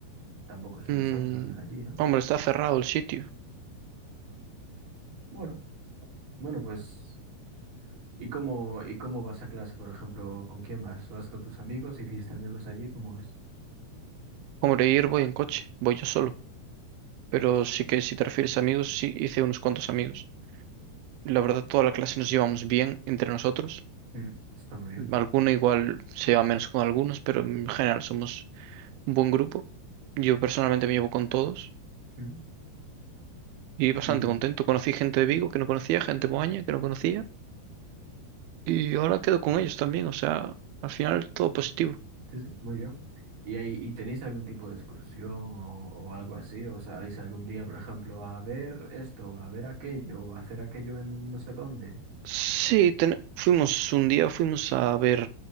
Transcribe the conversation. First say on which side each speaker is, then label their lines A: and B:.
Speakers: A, on the right; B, on the right.
A: Tampoco es
B: Mm,
A: una sauna allí, ¿no?
B: hombre, está cerrado el sitio.
A: Bueno, bueno, pues. ¿Y cómo, y cómo vas a clase, por ejemplo? ¿Con quién vas? ¿Vas con tus amigos? ¿Hiciste amigos allí? ¿Cómo es?
B: Hombre, ir voy en coche, voy yo solo, pero sí que si te refieres a amigos, sí hice unos cuantos amigos. La verdad, toda la clase nos llevamos bien entre nosotros.
A: Mm, está muy bien.
B: Alguno igual se lleva menos con algunos, pero en general somos un buen grupo. Yo personalmente me llevo con todos
A: Mm.
B: y bastante
A: Y...
B: contento. Conocí gente de Vigo que no conocía, gente de Moaña que no conocía. Y ahora quedo con ellos también, o sea, al final todo positivo.
A: Sí, sí, muy bien. ¿Y, ahí, y tenéis algún tipo de excursión o, o algo así? ¿O salís algún día, por ejemplo, a ver esto, a ver aquello, o a hacer aquello en no sé dónde?
B: Sí, ten- fuimos un día, fuimos a ver